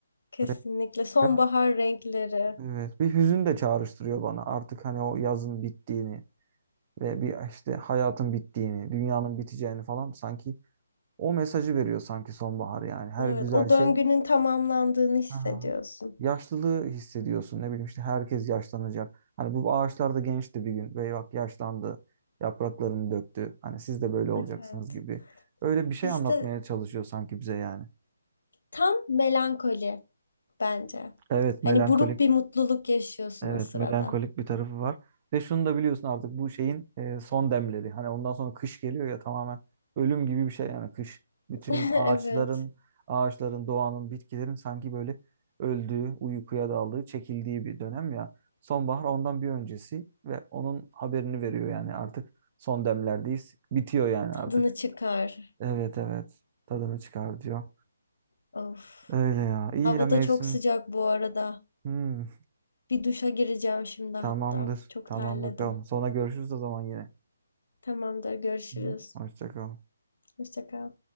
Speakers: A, on the left (about 75°); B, on the right (about 20°).
A: Kesinlikle
B: Ve
A: sonbahar
B: ya,
A: renkleri.
B: evet bir hüzün de çağrıştırıyor bana. Artık hani o yazın bittiğini. ve bir işte hayatın bittiğini, dünyanın biteceğini falan sanki o mesajı veriyor sanki sonbahar yani. Her
A: Evet,
B: güzel
A: o
B: şey
A: döngünün tamamlandığını hissediyorsun.
B: Aha. yaşlılığı hissediyorsun. Ne bileyim işte herkes yaşlanacak. Hani bu ağaçlar da gençti bir gün ve bak yaşlandı. Yapraklarını döktü. Hani siz de böyle olacaksınız
A: Evet.
B: gibi. Öyle bir şey
A: İşte
B: anlatmaya çalışıyor sanki bize yani.
A: tam melankoli bence.
B: Evet,
A: Hani
B: melankolik.
A: buruk bir mutluluk yaşıyorsun
B: Evet,
A: o sırada.
B: melankolik bir tarafı var. Ve şunu da biliyorsun artık bu şeyin e, son demleri. Hani ondan sonra kış geliyor ya tamamen ölüm gibi bir şey yani kış. Bütün
A: <laughs>
B: ağaçların,
A: Evet,
B: ağaçların, doğanın, bitkilerin sanki böyle öldüğü, uykuya daldığı, çekildiği bir dönem ya. Sonbahar ondan bir öncesi ve onun haberini veriyor yani artık son demlerdeyiz. Bitiyor yani
A: tadını
B: artık.
A: çıkar.
B: Evet evet. Tadını çıkar diyor.
A: Of.
B: Öyle ya. İyi
A: Havada
B: ya mevsim.
A: çok sıcak bu arada.
B: Hmm,
A: Bir duşa gireceğim şimdi
B: tamamdır.
A: hatta. Çok
B: Tamam
A: terledim.
B: bakalım. Sonra görüşürüz o zaman yine.
A: Tamamdır, görüşürüz.
B: Hı hı. Hoşça kal.
A: Hoşça kal.